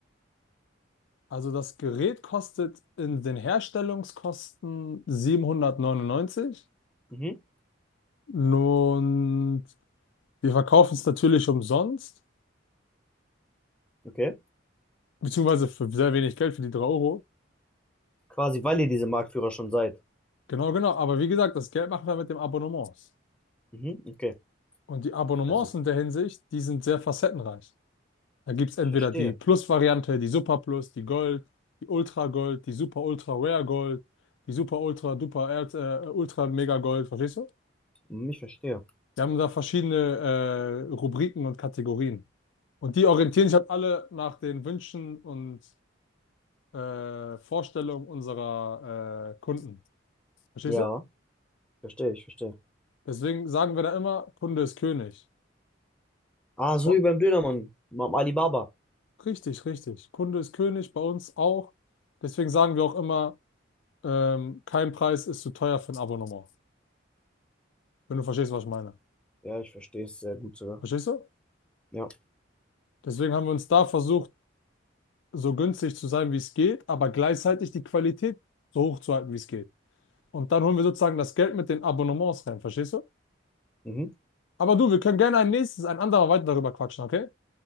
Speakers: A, on the left; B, in the centre.
A: Also das Gerät kostet in den Herstellungskosten 799
B: Mhm.
A: und wir verkaufen es natürlich umsonst,
B: Okay.
A: beziehungsweise für sehr wenig Geld, für die 3 Euro.
B: Quasi, weil ihr diese Marktführer schon seid.
A: Genau, genau. Aber wie gesagt, das Geld machen wir mit dem Abonnements.
B: Mhm, okay.
A: Und die Abonnements
B: Also
A: in der Hinsicht, die sind sehr facettenreich. Da gibt es entweder
B: Ich verstehe.
A: die Plus-Variante, die Super Plus, die Gold, die Ultra Gold, die Super Ultra Rare Gold, die Super Ultra Duper Erz, äh, Ultra Mega Gold, verstehst du?
B: Hm, Ich verstehe.
A: Wir haben da verschiedene äh, Rubriken und Kategorien. Und die orientieren sich halt alle nach den Wünschen und äh, Vorstellungen unserer äh, Kunden. Verstehst
B: Ja,
A: du?
B: verstehe, ich verstehe.
A: Deswegen sagen wir da immer, Kunde ist König.
B: Ah, so
A: Oh,
B: wie beim Dönermann. Beim Alibaba.
A: richtig, richtig. Kunde ist König, bei uns auch. Deswegen sagen wir auch immer, ähm, kein Preis ist zu teuer für ein Abonnement. Wenn du verstehst, was ich meine.
B: Ja, ich verstehe es sehr gut sogar.
A: Verstehst du?
B: Ja.
A: Deswegen haben wir uns da versucht, so günstig zu sein, wie es geht, aber gleichzeitig die Qualität so hoch zu halten, wie es geht. Und dann holen wir sozusagen das Geld mit den Abonnements rein, verstehst du?
B: Mhm.
A: Aber du, wir können gerne ein nächstes, ein andermal weiter darüber quatschen, okay?